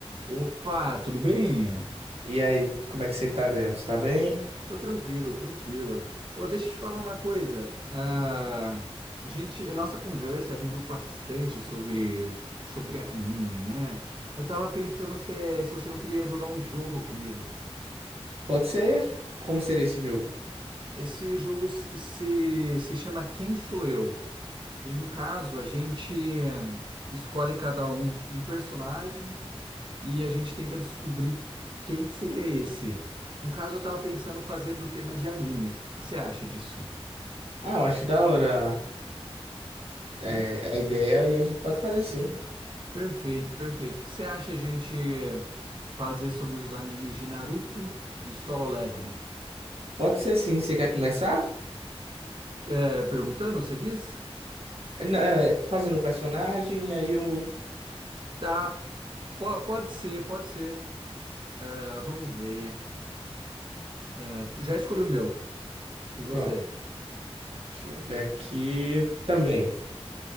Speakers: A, on the right (about 50°); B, on the right (about 65°).
A: Opa, tudo bem?
B: E aí, como é que você tá dentro? Você Tá bem?
A: Tô tranquilo, tranquilo. Ô, deixa eu te falar uma coisa. Ah, gente, a nossa conversa rendeu bastante sobre, sobre anime, né? Eu tava pensando se, se você não queria jogar um jogo comigo.
B: Pode ser? Como seria esse jogo?
A: Esse jogo se, se se chama Quem Sou Eu? E no caso, a gente eh, escolhe cada um um personagem e a gente tenta descobrir quem que seria esse. No caso, eu tava pensando fazer do tema de anime. O que você acha disso?
B: Ah, eu acho da hora é,
A: Perf-
B: a ideia e a gente pode fazer sim.
A: Perfeito, perfeito. O que você acha a gente fazer sobre os animes de Naruto e Solo Leveling?
B: Pode ser sim. Você quer começar?
A: É, perguntando, você diz?
B: É, não, é, Fazendo o personagem, aí eu.
A: Tá, po- pode ser, pode ser. Ah, vamos ver. Ah, já escolhi o meu. E você?
B: Pronto. Deixa eu ver aqui também.